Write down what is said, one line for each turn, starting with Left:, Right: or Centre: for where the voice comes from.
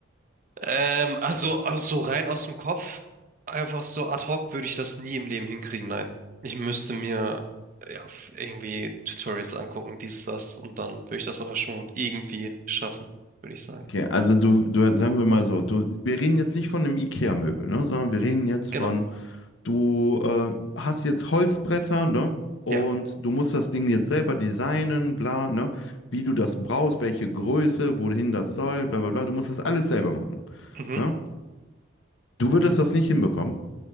Right: Ähm, also, also so rein aus dem Kopf, einfach so ad hoc würde ich das nie im Leben hinkriegen, nein. Ich müsste mir ja, f- irgendwie Tutorials angucken, dies, das, und dann würde ich das aber schon irgendwie schaffen, würde ich sagen.
Left: Okay, also du, du, sagen wir mal so, du, wir reden jetzt nicht von einem IKEA-Möbel, ne? Sondern wir reden jetzt
Right: Genau,
Left: von Du äh, hast jetzt Holzbretter, ne? Und
Right: ja.
Left: du musst das Ding jetzt selber designen, bla, ne? Wie du das brauchst, welche Größe, wohin das soll, bla, bla, bla. Du musst das alles selber machen,
Right: Mhm.
Left: ne? Du würdest das nicht hinbekommen.